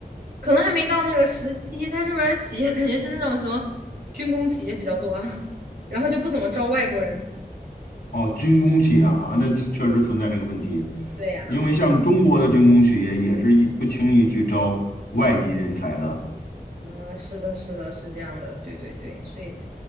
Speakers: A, on the right; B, on the left.
A: 可能还没到那个时期。他这边儿的企业感觉是那种什么军工企业比较多啊，然后就不怎么招外国人。
B: 哦，军工企业啊，那确确实存在这个问题，
A: 对呀，
B: 因为像中国的军工企业也是一不轻易去招外籍人才的。
A: 啊，是的，是的，是这样的，对对对，所以